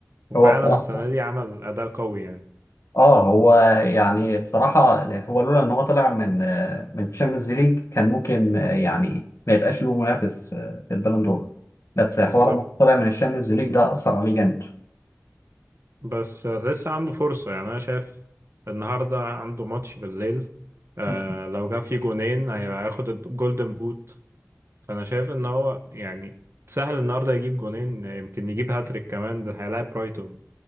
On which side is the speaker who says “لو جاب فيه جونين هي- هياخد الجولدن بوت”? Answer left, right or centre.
Right